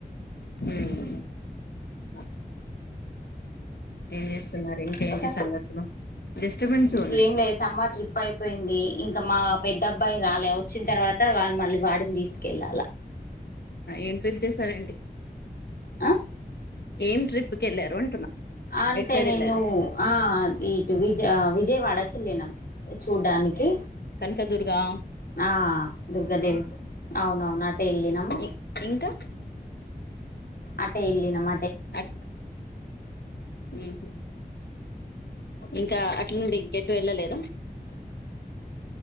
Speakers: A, on the left; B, on the left.
A: హ్ ఏం చేస్తున్నారు ఇంకేంటి
B: ఇంకా
A: సంగతులు డిస్టర్బెన్స్
B: ఇంకేం
A: ఉన్నాయి
B: లేదు సమ్మర్ ట్రిప్ అయిపోయింది ఇంకా మా పెద్ద అబ్బాయి రాలే వచ్చిన తర్వాత కొత్త వాళ్ళు మళ్ళీ వాడిని తీసుకెళ్ళాల
A: ఏం పీర్ చేశారేంటి
B: ఆ
A: ఏం ట్రిప్కి వెళ్ళారు అంటున్నా
B: అంటే
A: ఎటు సైడ్
B: నేను
A: వెళ్ళారు
B: ఆ ఇటు విజయ విజయవాడకి వెళ్ళనాం చూడ్డానికి
A: కనకదుర్గా
B: ఆ దుర్గదేవి అవునవును అటెవెల్లినం
A: ఇ ఇంకా
B: అట్ట ఇల్ళనమ
A: అట్ ఉహామ్ ఇంకా ఉండి ఇంకేటు వెళ్ళలేదా